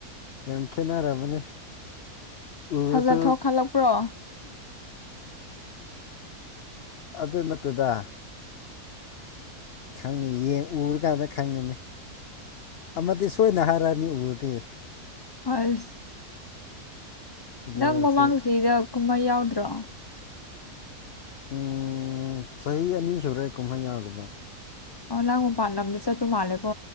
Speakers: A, on the left; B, on the left.
A: ꯌꯦꯡꯈꯦꯅꯔꯥ ꯃꯅꯤ ꯎꯁꯨ
B: ꯐꯖ ꯊꯣꯛꯈꯠꯂꯛꯄ꯭ꯔꯣ
A: ꯑꯗꯨ ꯅꯠꯇꯗ ꯈꯪꯅꯤ ꯌꯦ ꯎꯔꯀꯥꯟꯗ ꯈꯪꯒꯅꯤ ꯑꯃꯗꯤ ꯁꯣꯏꯅ ꯍꯥꯏꯔꯛꯑꯅꯤ ꯎꯔꯗꯦ
B: ꯍꯣꯏ
A: ꯑꯗꯨ
B: ꯅꯪ ꯃꯃꯥꯡꯁꯤꯗ
A: ꯁꯤ
B: ꯀꯨꯝꯍꯩ ꯌꯥꯎꯗ꯭ꯔꯣ
A: ꯎ ꯆꯍꯤ ꯑꯅꯤ ꯁꯨꯔꯦ ꯀꯨꯝꯍꯩ ꯌꯥꯗꯕ
B: ꯑꯣ ꯂꯥꯛꯑꯣ ꯐꯥꯟ ꯂꯥꯎꯗ ꯆ ꯇꯨꯡ ꯍꯥꯦꯀꯣ